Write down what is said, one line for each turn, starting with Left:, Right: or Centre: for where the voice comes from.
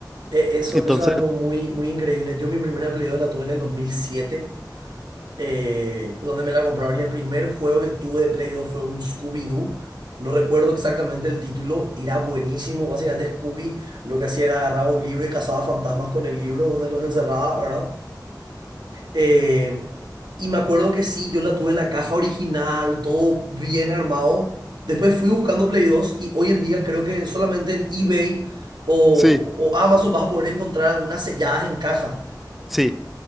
Right: e- eso,
Centre: entonces,
Right: eso es algo muy, muy increíble. Yo mi primera Play 2 la tuve en el 2007 eh, donde me la compraron. Y el primer juego que tuve de Play 2 fue un Scooby-Doo. No recuerdo exactamente el título, era buenísimo. Básicamente Scooby lo que hacía era agarraba un libro y cazaba fantasmas con el libro donde los encerraba, ¿verdad? Eh, y me acuerdo que sí, yo la tuve en la caja original, todo bien armado. Después fui buscando Play 2 y hoy en día creo que solamente en eBay o,
Centre: sí,
Right: o Amazon vas a poder encontrar algunas selladas en caja.
Centre: sí,